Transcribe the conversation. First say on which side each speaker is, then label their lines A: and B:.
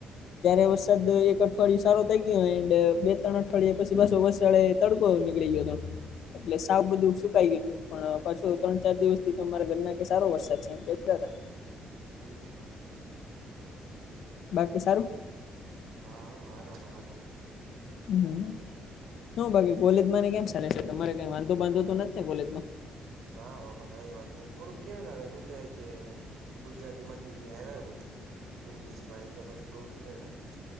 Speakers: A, on the left; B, on the right.
A: ત્યારે વરસાદ એક અઠવાડીયુ સારો થઈ ગયો એન્ડ બે ત્રણ અઠવાડિયે પછી પાછો વસાડે તડકો નીકળી ગયો હતો. એટલે સાવ બધું સુકાઈ ગયું હતું પણ પાછું ત્રણ ચાર દિવસ થી અમારા ઘર ના સારો વરસાદ છે એમ કેતા.
B: હમ, હમ.
A: બાકી સારું?
B: હા, હો હારા માં હારું.
A: હમ. શું બાકી કોલેજ ને કેમ ચાલે છે તમારે કઈ વાંધો બાંધો તો નથી ને કોલેજમાં?
B: ના બાપા કઈ વાંધો થોડુંક કેવરાવે હું કે કે ગુજરાતી માંથી આવ્યા હોય ઈંગ્લિશ માં એટલે પછી થોડુંક કેવળાવે. <inaudible>